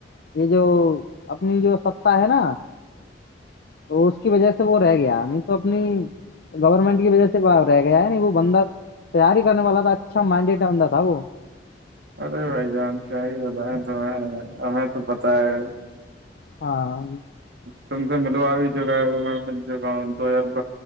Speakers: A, on the left; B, on the right.
A: یہ جو اپنی جو ستتا ہے نا تو اس کی وجہ سے وہ رہ گیا نہیں تو اپنی گورنمنٹ کی وجہ سے ب رہ گیا ہے نہیں وہ بندہ تیاری کرنے والا تھا اچھا مائڈڈ بہ تھا وہ
B: ارے بھائی جان کیا ہی ہوتا ہے تو ہمیں تو پتہ ہے
A: ہاں
B: سم سے مطلو ابھی جوگ ہے مل سکا ہوں دو ہزار روپ